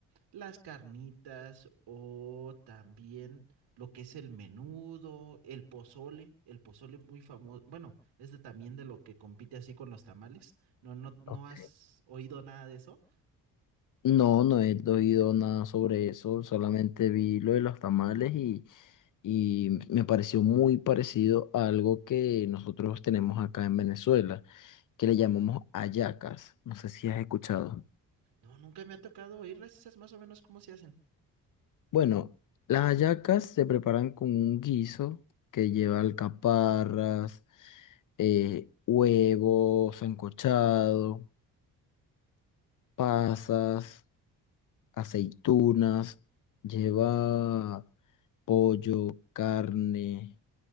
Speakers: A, on the right; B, on the left.
A: las carnitas o también lo que es el menudo, el pozole, el pozole muy famoso. Bueno, es de, también de lo que compite así con los tamales. No, no, ¿no
B: ok.
A: has oído nada de eso?
B: No, no he oído nada sobre eso, solamente vi lo de los tamales y, y me pareció muy parecido a algo que nosotros tenemos acá en Venezuela, que le llamamos hallacas. No sé si has escuchado.
A: No, nunca me ha tocado oírlas. ¿Y sabes más o menos cómo se hacen?
B: Bueno, las hallacas se preparan con un guiso que lleva alcaparras, eh, huevos sancochado, pasas, aceitunas, lleva pollo, carne,